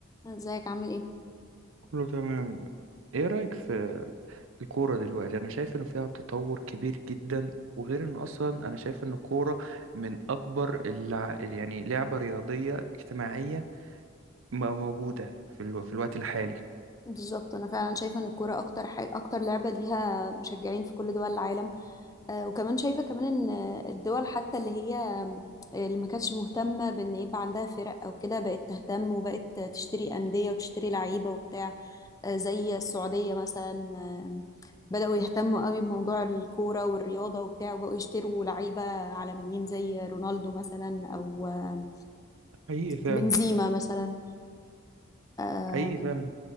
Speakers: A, on the left; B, on the right.
A: ازيك عامل ايه
B: كله تمام ايه رأيك في الكورة دلوقتي انا شايف انه فيها تطور كبير جدا وغير ان اصلا انا شايف ان الكورة من اكبر اللع... يعني لعبة رياضية اجتماعية ما موجودة في الو... في الوقت الحالي
A: بالظبط انا فعلا شايفه ان الكوره اكتر حاجة اكتر لعبه ليها مشجعين في كل دول العالم آه وكمان شايفه كمان ان الدول حتى اللي هي آه، اللي ما كانتش مهتمه بان يبقى عندها فرق او كده بقت تهتم وبقت تشتري انديه وتشتري لعيبه وبتاع آه زي السعوديه مثلا آه بداوا يهتموا قوي بموضوع الكوره والرياضه وبتاع وبقوا يشتروا لعيبه عالميين زي رونالدو مثلا او آه،
B: حقيقي فعلا
A: بنزيما مثلا آه
B: حقيقي فعلا